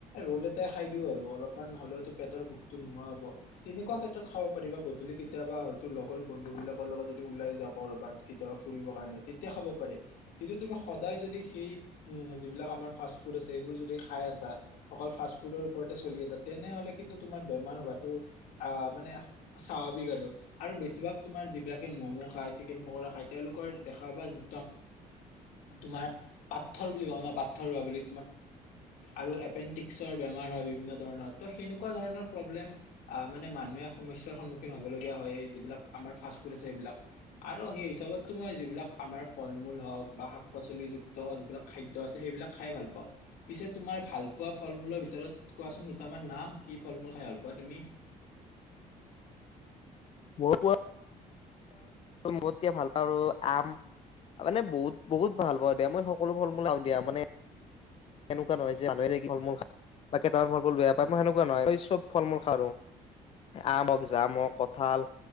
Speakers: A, on the left; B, on the left.
A: ৰ'ল খাই দিও আৰু। অলপমান হ'লেওো পেটৰ ভোকতো নোহোৱা হ'ব। তেনেকুৱা ক্ষেত্ৰত খাব পাৰি বা গধূলি কেতিয়াবা হয়তো লগৰ বন্ধু বিলাকৰ লগত যদি ওলাই যাওঁ কৰাত কেতিয়াবা ফুৰিব কাৰণে তেতিয়া খাব পাৰি। কিন্তু তুমি সদায় যদি সেই উ, যিবিলাক আমাৰ ফাষ্ট ফুড আছে সেইবোৰ যদি খাই আছা। অকল ফু তেনেহলে কিন্তু তোমাৰ বেমাৰ হোৱাটো মানে স্বাভিক আৰু। আৰু বেছিভাগ তোমাৰ যিবিলাকে তোমাৰ মম খায়, চিকন পৰা খাই। তেওঁলোকৰ দেখাোৱা যিম তমাৰ পথৰ বুলি ক ন। পথৰ হোৱা বুলি আৰু এপেণ্ডিক্স বেমাৰ হয় বিভিন্ন ধৰণৰ। ত, সেনেকুৱা ধৰণৰ প্ৰব্লেম আহ মানে মানুহে সমস্য়াৰ সন্মুখীন হ'ব। লগগীয়া হয় যিবিলাক আমাৰ ফাষ্ট ফুড আছে সেইবিলাক আৰু সেই হিচাপতো মই যিবিলাক আমাৰ ফল- মূল হওক বা শাক -পাচলি যুক্ত যিবিলাক খাদ্য আছে সেইবিলাক খাই ভাল পাওঁ। পিছে তোমাৰ ভাল পোৱা ফল- মূলৰ ভিতৰত কোৱাচোন দুটামান নাম কি ফল -মূল খাই ভাল পোৱা তুমি?
B: ওপৰ <unintelligible> মতকে ভাল পাওঁ আম মানে বহুত বহুত ভাল পাওঁ দিয়া মই সকলো ফল মূলাও দিয়া মানে সনেকুৱা নহয় যে, মানুহে ফল মূল বা কেইটামান ফল মূল বেয়া পায়। মই সেনেকুৱা নহয় ম চব ফল মূল খা আম হওক জাম, হওক কঠাল,